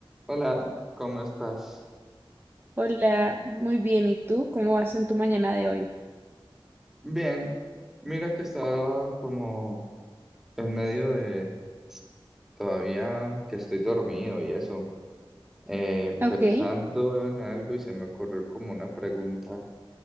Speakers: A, in the centre; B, on the right.
A: Hola, ¿cómo estás?
B: Hola, muy bien. ¿Y tú? ¿Cómo vas en tu mañana de hoy?
A: Bien, mira que estaba como en medio de todavía que estoy dormido y eso, eh,
B: Ok,
A: pensando en algo y se me ocurrió como una pregunta